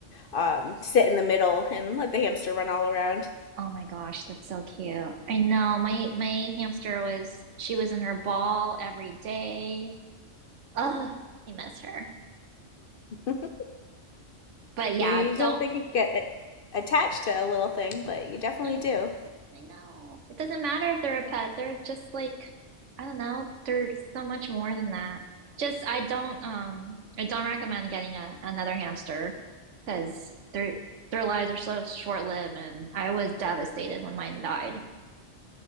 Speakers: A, on the left (about 55°); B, on the right (about 70°).
A: um, sit in the middle and let the hamster run all around.
B: Oh my gosh, that's so cute. I know my my hamster was she was in her ball every day. Ugh, I miss her.
A: <laughs>
B: But yeah,
A: You
B: don't
A: don't think you get it attached to a little thing, but you definitely
B: I know?
A: do.
B: I know. It doesn't matter if they're a pet. They're just like I don't know, they're so much more than that. Just I don't um I don't recommend getting a another hamster because their their lives are so short-lived and I was devastated when mine died.